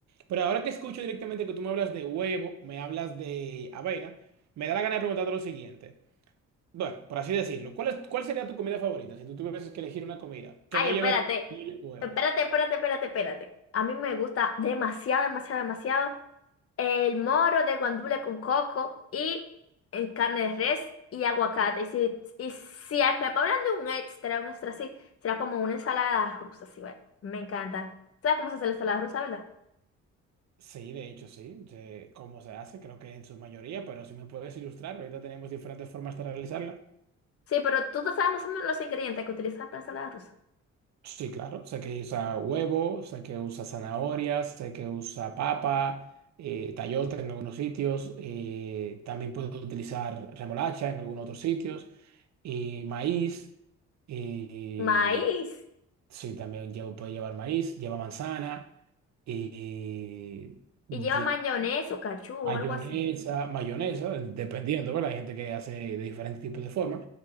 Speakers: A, on the right (about 65°); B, on the left (about 50°).
A: Pero ahora que escucho directamente que tú me hablas de huevo, me hablas de avena, me da la gana de preguntarte lo siguiente. Bueno, por así decirlo, ¿cuál es, cuál sería tu comida favorita si tú tuvieses que elegir una comida que
B: Ay,
A: no lleves
B: espérate.
A: pollo huevo?
B: Espérate, espérate, espérate, espérate. A mí me gusta demasiado, demasiado, demasiado el moro de guandule con coco y en carne de res y aguacate. Y si, y si me ponen de un extra, un extra así, será como una ensalada rusa, sí, güey. Me encanta. ¿Sabes cómo se hace la ensalada rusa, verdad?
A: Sí, de hecho, sí. sé cómo se hace, creo que en su mayoría, pero si me puedes ilustrar, ahorita tenemos diferentes formas de realizarla.
B: Sí, pero tú no sabes más o menos los ingredientes que utilizas para la ensalada rusa.
A: Sí, claro, sé que usa huevo, sé que usa zanahorias, sé que usa papa, eh, tayota en algunos sitios, eh, también puedo utilizar remolacha en algunos otros sitios, y maíz. eh,
B: Maíz.
A: Sí, también llevo- puede llevar maíz, lleva manzana y lleva
B: Y lleva mayonesa o cachú o
A: mayonesa,
B: algo así.
A: mayonesa, dependiendo, ¿verdad? Hay gente que hace de diferentes tipos de forma,